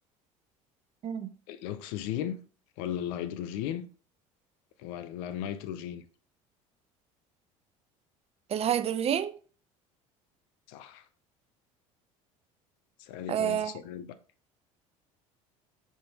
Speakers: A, on the right; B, on the left.
A: مم.
B: الاكسجين ولا الهيدروجين ولا النيتروجين
A: الهيدروجين
B: صح سألي
A: آه
B: طب انت سؤال بقى